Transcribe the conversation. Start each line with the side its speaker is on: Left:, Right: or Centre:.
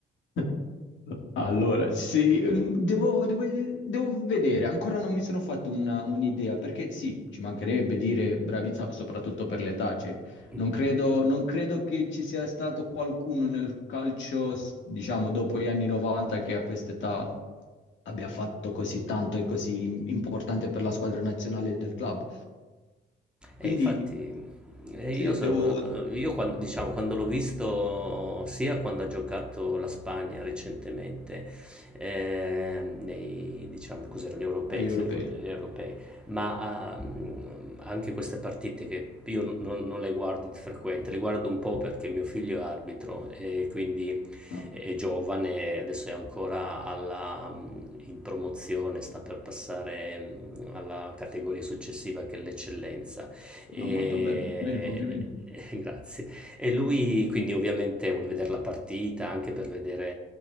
Left: <laughs> Allora, sì, ehm, devo, devo- devo vedere, ancora non mi sono fatto una- un'idea, perché sì, ci mancherebbe dire bravizza soprattutto per l'età, cioè,
Centre: <laughs>
Left: non credo, non credo che ci sia stato qualcuno nel calcio, s- diciamo, dopo gli anni 90 che a quest'età abbia fatto così tanto e così im- importante per la squadra nazionale del club. Quindi
Centre: E infatti eh,
Left: sì,
Centre: io sono,
Left: devo
Centre: io quando, diciamo, quando l'ho visto sia quando ha giocato la Spagna recentemente, eh, nei, diciamo, cos'erano gli europei,
Left: agli europei.
Centre: se ricordo- gli europei, ma ehm, anche queste partite che io non, non le guardo di frequente, le guardo un po' perché mio figlio è arbitro e quindi
Left: No,
Centre: è giovane, adesso è ancora alla, in promozione, sta per passare mm, alla categoria successiva che è l'eccellenza e...
Left: no, molto bene, bene, complimenti.
Centre: <laughs> Grazie. E lui quindi ovviamente vuole vedere la partita anche per vedere